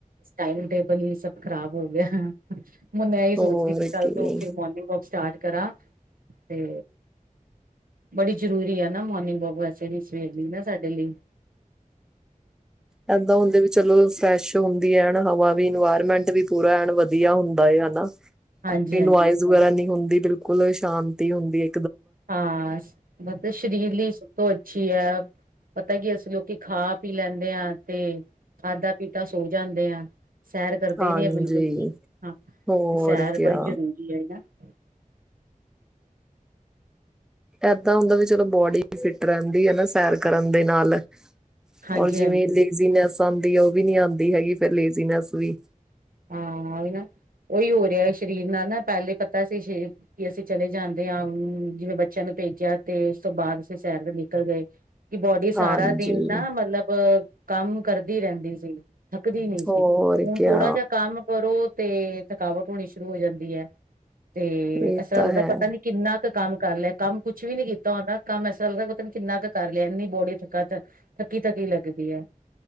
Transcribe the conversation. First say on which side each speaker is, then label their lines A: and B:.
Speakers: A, on the right; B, in the centre.
A: ਟਾਈਮ ਟੇਬਲ ਹੀ ਸਭ ਖ਼ਰਾਬ ਹੋ ਗਿਆ ਮੈਂ ਇਹ ਸੋਚਦੀਹੀ
B: ਹੋਰ
A: ਕਿ ਕੱਲ
B: ਕੀ
A: ਤੋਂ ਫਿਰ ਮੋਰਨਿੰਗ ਵਾਕ ਸਟਾਰਟ ਕਰਾਂ ਤੇ ਬੜੀ ਜ਼ਰੂਰੀ ਆ ਨਾ ਮੋਰਨਿੰਗ ਵੋਕ ਵੈਸੇ ਵੀ ਸਵੇਰ ਲਈ ਨਾ ਸਾਡੇ ਲਈ।
B: ਇਏਦਾਂ ਹੁੰਦੇ ਵੀ ਚਲੋ ਫਰੈਸ਼ ਹੁੰਦੀ ਐ ਹਵਾ ਵੀ ਇਨਵਾਇਰਮੈਂਟ ਵੀ ਪੂਰਾ ਐ ਵਧੀਆ ਹੁੰਦਾ ਹਨਾ
A: ਹਾਂਜੀ
B: ਕੋਈ
A: ਹਾਂਜੀ
B: ਨੁਇਜ਼ ਵਗੈਰਾ ਨਹੀਂ ਹੁੰਦੀ। ਬਿਲਕੁਲ ਸ਼ਾਂਤੀ ਹੁੰਦੀ ਹੈ।
A: ਹਾਂ ਮਤ ਸ਼੍ਰੀਲੀ ਸਤ ਅੱਛੀ ਹੈ ਪਤਾ ਕੀ ਅਸੀਂ ਲੋਕੀ ਖਾ ਪੀ ਲੈਂਦੇ ਹਾਂ ਤੇ ਖਾਧਾ ਪੀਤਾ ਸੋ ਜਾਂਦੇ ਆ। ਸੈਰ ਕਰਦੇ
B: ਹਾਂਜੀ
A: ਨੀ ਆ ਬਿਲਕੁਲ ਵੀ ਹਾਂ ਤੇ
B: ਹੋਰ
A: ਸੈਰ
B: ਕਿਆ।
A: ਬੜੀ ਜ਼ਰੂਰੀ ਹੈ ਹਨ ਨਾ।
B: ਇਏਦਾਂ ਹੁੰਦਾ ਵੀ ਚਲੋ ਬੋਡੀ ਫਿਟ ਰਹਿੰਦੀ ਹੈ ਨਾ ਸੈਰ ਕਰਨ ਦੇ ਨਾਲ।
A: ਹਾਂਜੀ
B: ਰ ਜਿਵੇਂ
A: ਹਾਂਜੀ
B: ਲੇਜ਼ਨੈਸ ਦੀ ਉਹ ਵੀ ਨੀ ਆਉਂਦੀ ਹੈਗੀ ਫਰ ਲੇਜ਼ਨੈਸ ਵੀ
A: ਹਾਂ ਵੀ ਨਾ ਉਹੀ ਹੋ ਰਿਹਾ ਸਰੀਰ ਨਾਲ ਨਾ ਪਹਿਲੇ ਪਤਾ ਸੀ ਕਿ ਅਸੀਂ ਚਲੇ ਜਾਂਦੇ ਹਾਂ ਜਿਵੇਂ ਬੱਚਿਆਂ ਨੂੰ ਭੇਜਿਆ ਤੇ ਉਸ ਤੋਂ ਬਾਅਦ ਅਸੀਂ ਸੈਰ ਤੇ ਨਿਕਲ ਗਏ। ਕਿ ਬੋਡੀ ਸਾਰਾ
B: ਹਾਂਜੀ
A: ਦਿਨ ਨਾ ਮਤਲਬ ਕੰਮ ਕਰਦੀ ਰਹਿੰਦੀ ਸੀ। ਥੱਕਦੀ ਨਹੀਂ ਸੀ
B: ਹੋਰ
A: ਹੁਣ
B: ਕਿਆ
A: ਥੋੜ੍ਹਾ ਜਿਹਾ ਕੰਮ ਕਰੋ ਤੇ ਥਕਾਵਟ ਹੋਣੀ ਸ਼ੁਰੂ ਹੋ ਜਾਂਦੀ ਹੈ। ਤੇ
B: ਇਹ
A: ਐਸਾ
B: ਤਾਂ
A: ਲੱਗਦਾ
B: ਹੈ।
A: ਪਤਾ ਨੀ ਕਿੰਨਾ ਕੁ ਕੰਮ ਕਰ ਲਿਆ। ਕੰਮ ਕੁਛ ਵੀ ਨੀ ਕੀਤਾ ਹੁੰਦਾ ਕੰਮ ਐਸਾ ਲੱਗਦਾ ਪਤਾਂ ਨੀ ਕਿੰਨਾ ਕੁ ਕਰ ਲਿਆ ਇੰਨੀ ਬੋਡੀ ਥੱਕਾ ਥੱਕੀ ਥੱਕੀ ਲੱਗਦੀ ਹੈ।